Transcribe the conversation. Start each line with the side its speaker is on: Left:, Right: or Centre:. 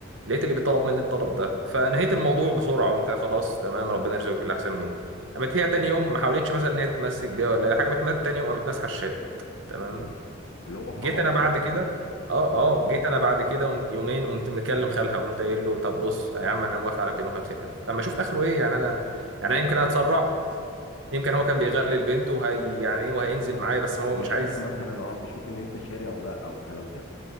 Right: لقيت اللي بيطلب مني الطلب ده فنهيت الموضوع بسرعه قمت قايل خلاص تمام ربنا يرزقك باللي احسن مني قامت هي تاني يوم ما حاولتش مثلا ان هي تتمسك بيا ولا اي حاجه قامت تاني يوم قامت ماسحه الشات تمام
Left: مم. اللي هو خلاص
Right: جيت انا بعد
Left: يعني
Right: كده اه
Left: اه
Right: اه جيت انا بعد كده قمت- يومين قمت مكلم خالها قمت قايل له طب بص يا عم انا موافق على 250000 اما اشوف اخره ايه يعني انا يعني انا يمكن
Left: اه
Right: انا اتسرع يمكن هو كان بيغلل بنته وهي يعني ايه وهينزل معايا بس ما هو
Left: ويشوف
Right: مش عايز
Left: مثلا اه بيشوف ان انت شاري او لا او الكلام ده